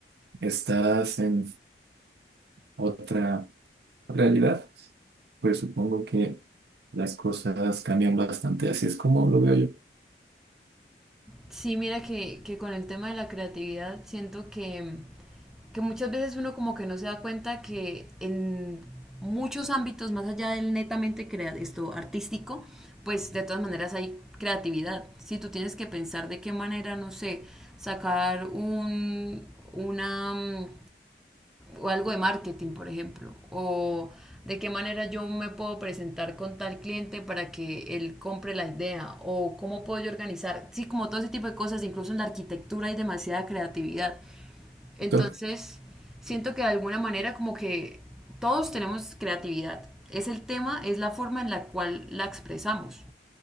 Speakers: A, on the right; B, in the centre.
A: estás en otra realidad, pues supongo que las cosas cambian bastante. Así es como lo veo
B: Sí, mira que, que con el tema de la creatividad siento que, que muchas veces uno como que no se da cuenta que en muchos ámbitos, más allá del netamente crea esto artístico, pues de todas maneras hay creatividad. Si tú tienes que pensar de qué manera, no sé, sacar un, una, mm, o algo de marketing, por ejemplo, o de qué manera yo me puedo presentar con tal cliente para que él compre la idea, o cómo puedo yo organizar, sí, como todo ese tipo de cosas, incluso en la arquitectura hay demasiada creatividad. Entonces,
A: yo.
B: siento que de alguna manera como que todos tenemos creatividad. Es el tema, es la forma en la cual la expresamos